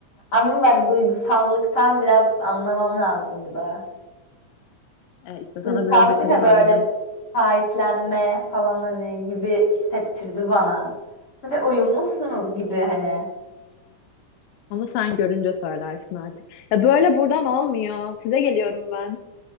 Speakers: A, on the left (about 35°); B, on the left (about 80°).
A: Ama bak duygusallıktan biraz anlamam lazım da.
B: E, işte sana
A: Duygusallık
B: biraz ipucu
A: değil de
B: verdim.
A: böyle sahiplenme falan hani gibi hissettirdi bana. Ve uyumlusunuz gibi hani.
B: Onu sen görünce söylersin artık. Ya böyle buradan olmuyor. Size geliyorum ben.